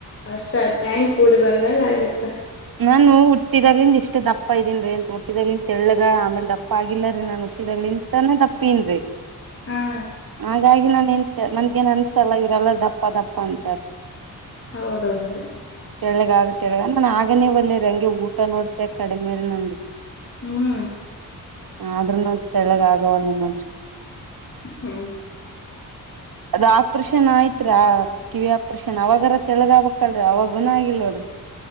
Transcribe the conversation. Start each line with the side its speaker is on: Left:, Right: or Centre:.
Left: ಅಷ್ಟ ಟೈಮ್ ಕೂಡಿ ಬಂದಾಗ ಆಗುತ್ತ.
Right: ನಾನು ಹುಟ್ಟಿದಾಗಲಿಂದ್ ಇಷ್ಟ್ ದಪ್ಪ ಇದೀನ್ರಿ ಹುಟ್ಟಿದಗ್ಲಿಂದ ತೆಳ್ಳಗ ಆಮೇಲ್ ದಪ್ಪ ಆಗಿಲ್ಲರೀ ನಾನ್ ಹುಟ್ಟಿದಾಗ್ಲಿಂದಾನ ದಪ್ಪೀನ್ರೀ.
Left: ಹಾ
Right: ಹಾಗಾಗಿ ನನ್ಗ ಏನ್ ನನ್ಗೇನ್ ಅನ್ಸಲ್ಲ ಇವ್ರೆಲ್ಲ ದಪ್ಪ ದಪ್ಪ ಪ್ಪಂತ.
Left: ಹೌದೌದ್ರಿ.
Right: ತೆಳ್ಗಗ್ ತೆಳ್ಗ ನಾ ಅದ್ ಈಗನೇ ಒಳ್ಳೆ ರಂಗೆ ಊಟ ನೋಡ್ತೆ ಕಡೆಮೆರಿ ನಂದು.
Left: ಹ್ಮ್
Right: ಆದ್ರೂನು ತೆಳ್ಳಗ ಆಗವಲ್ಲ ನೋಡ್ರಿ
Left: ಹ್ಮ
Right: ಅದ ಆಪ್ರೇಷನ್ ಆಯ್ತ್ರತ್ರಾ ಕಿವಿ ಆಪ್ರೇಷನ್ ಅವಾಗರ ತೆಳಗಬಕ್ಲ್ರೀ ಅವಾಗ ಗುನ ಆಗಿಲ್ ನೋಡ್ರಿ